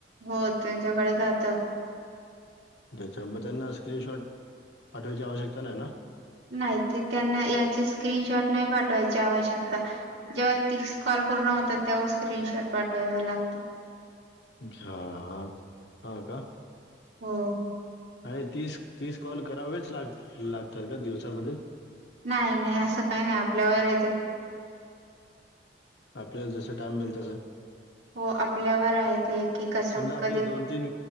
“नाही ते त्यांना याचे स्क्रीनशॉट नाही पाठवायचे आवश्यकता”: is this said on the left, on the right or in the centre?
Right